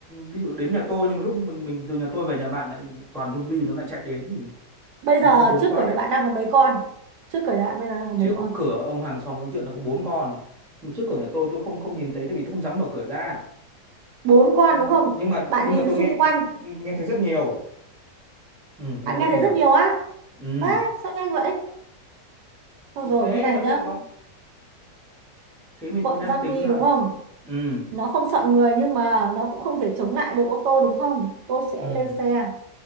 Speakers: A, in the centre; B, on the right.
A: ví dụ đến nhà tôi nhưng mà lúc mình mình từ nhà tôi về nhà bạn lại toàn zombie nó lại chạy đến thì
B: Bây
A: mình
B: giờ
A: không trốn
B: trước
A: thoát
B: cửa nhà
A: được
B: bạn đang có mấy con? Trước cửa nhà bạn bây giờ đang có mấy
A: trước
B: con?
A: cửa ông hàng xóm nói chuyện là có bốn con mà trước cửa nhà tôi tôi không không nhìn thấy tại vì tôi không dám mở cửa ra
B: Bốn con
A: nhưng
B: đúng không?
A: nhưng mà
B: Bạn
A: nhưng
B: nhìn
A: mà tôi nghe
B: xung quanh,
A: nghe thấy rất nhiều ừ, nghe
B: bạn
A: thấy rất
B: nghe
A: nhiều
B: thấy rất nhiều á.
A: ừ.
B: Á, sao nhanh vậy? Thôi
A: thì
B: rồi
A: thế
B: như này
A: ta biết
B: nhá.
A: nó thế mình
B: Bọn
A: mình đang
B: zombie
A: tính là
B: đúng không?
A: ừ
B: Nó không sợ người nhưng mà nó cũng không thể chống lại được ô tô đúng không? Tôi sẽ
A: ừ
B: lên xe,